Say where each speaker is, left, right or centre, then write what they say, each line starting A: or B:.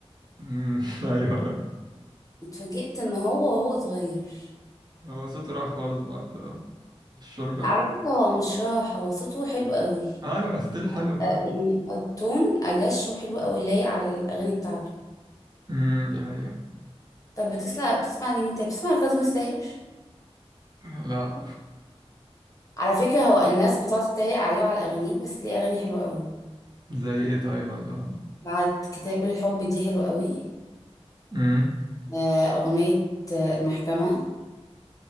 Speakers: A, on the right; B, on the left.
A: مم، <laughs> أيوه
B: اتفاجئت ان هو هو صغير
A: هو صوته راح خالص بعد الشرب
B: لا
A: اللي
B: على فكرة هو مش راح هو صوته حلو قوي
A: ايوه ستيل حلو كويس
B: آه، يعني التون اجش وحلو قوي لايق على الاغاني بتاعته
A: امم دي حقيقة
B: طب بتسمع بتسمع لمين تاني بتسمع لكاظم الساهر
A: لا
B: على فكرة هو الناس بتقعد تتريق عليه وعلى اغانيه بس ليه اغاني حلوة قوي
A: زي ايه طيب ولا
B: بعد كتاب الحب دي حلوة قوي
A: امم
B: آه، اغنية آه، المحكمة